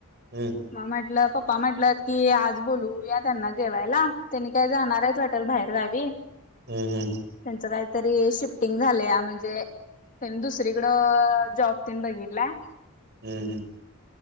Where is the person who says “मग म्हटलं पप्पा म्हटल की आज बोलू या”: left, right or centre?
Left